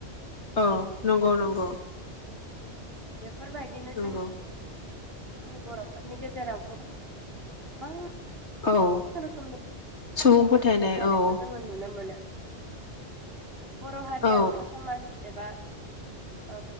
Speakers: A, on the left (about 75°); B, on the right (about 55°).
A: औ नंगौ नंगौ
B: <unintelligible> बेफोरबायदिनो
A: नंगौ
B: जों <unintelligible> बर'फोरनि गेजेराव गोबां गोबां
A: औ
B: रोखोमनि
A: सुबुं फोथायनाय
B: फोथायनायखौ
A: औ
B: जोङो नुनो मोनो बर' हारिया
A: औ
B: गोगो समाज एबा औ